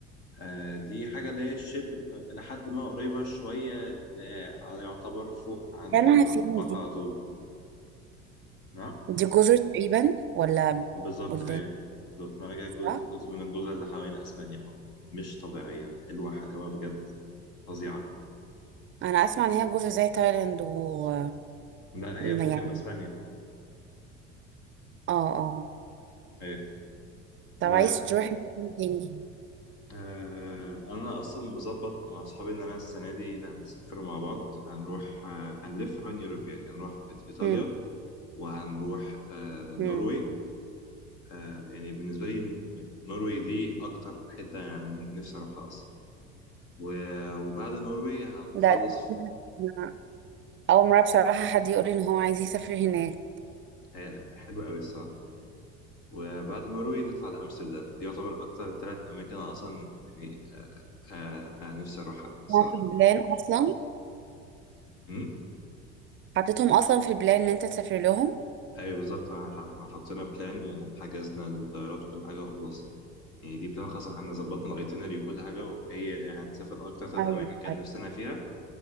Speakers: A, on the left; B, on the right.
A: آه، دي حاجة اللي هي شبه إلى حد ما قريبة شوية اللي هي يعتبر فوق عند
B: يعني
A: عند
B: هتفيدني
A: البحر على طول نعم
B: دي جزر تقريبا ولا
A: بالظبط
B: بلدان
A: أيوه بالظبط مراجع جزء
B: صح
A: جزء من الجزر اللي حوالين أسبانيا أه مش طبيعية حلوة حلاوة بجد فظيعة
B: انا اسمع ان هي جزر زي تايلاند و
A: لا
B: م-
A: هي فوق
B: يعني
A: جنب أسبانيا
B: اه اه
A: أيوه
B: طب
A: و
B: عايز تروح مكان تاني
A: آه، أنا أصلا مظبط مع أصحابي إن أنا السنة دي هنسافر مع بعض هنروح آه، هنلف حوالين يوروب يعني هنروح إيط- إيطاليا
B: هم
A: وهنروح آه، نروي
B: هم
A: آه يعني بالنسبة لي النرويج دي أكتر حتة يعني نفسي أروحها أصلا و- وبعد النرويج هنخلص
B: ده ده أنا اول مره بصراحه حد يقول لي ان هو عايز يسافر هناك
A: في- حلو أوي الصراحة وبعد النرويج نطلع لأمستردام دي يعتبر أكتر تلات أماكن أنا أصلا يعني آه آه آه، نفسي أروحها الصراحة
B: هو في البلان اصلا
A: أمم؟
B: حطيتهم اصلا في البلان ان انت تسافر لهم
A: أيوة بالظبط ح- إحنا حطينا بلان وحجزنا الطيارات وكل حاجة وخلاص يعني دي بلان خاصة إحنا ظبطنا الأيتينري وكل حاجة وهي يعني هنسافر أكتر تلات
B: ايوه
A: أماكن كان
B: ايوه
A: نفسنا فيها